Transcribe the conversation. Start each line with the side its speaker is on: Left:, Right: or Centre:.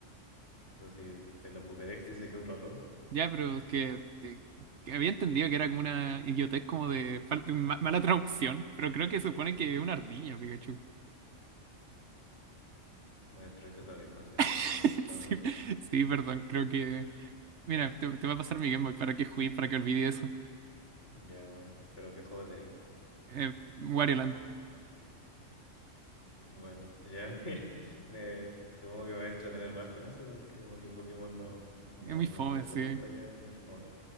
Left: Pero si te la Pokédex dice que un ratón,
Right: Ya, pero es que, eh, que había entendido que era como una idiotez como de falta- ma- mala traducción, pero creo que se supone que es una ardilla, Pikachu.
Left: me destruiste toda la infancia en esa-
Right: <laughs>
Left: con esas palabras.
Right: Sí, sí, perdón, creo que... Mira, te, te va a pasar mi Game Boy para que juegues, para que olvide eso.
Left: Ya bueno, pero ¿qué juego tenéis?
Right: Eh, Wario Land.
Left: Bueno, ya <laughs> me, me- supongo que me voy a entretener más con eso porque como que Pokémon no, no,
Right: Es muy fome,
Left: no me gusta
Right: sí.
Left: tanto ya, es muy famoso.